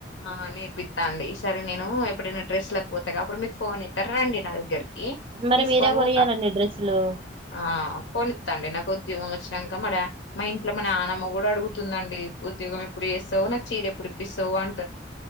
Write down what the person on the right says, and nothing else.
మరి
మీరే కొనియ్యాలండి
డ్రెస్సులు